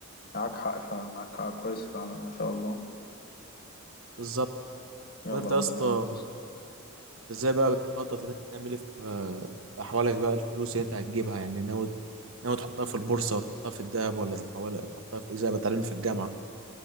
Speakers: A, on the left (about 50°); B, on the right (about 70°).
A: معاك حق فعلا معاك حق كويس فعلا ما شاء الله
B: بالظبط
A: يلا
B: وانت
A: ربنا
B: يا اسطى
A: يعينك
B: انت ازاي بقى بتخطط ان انت تعمل ايه في آه، في احوالك بقى الفلوس اللي انت هتجيبها يعني ناوي ناوي تحطها في البورصه وتحطها في الذهب ولا تحولها تحطها في ايه زي ما اتعلمنا في الجامعه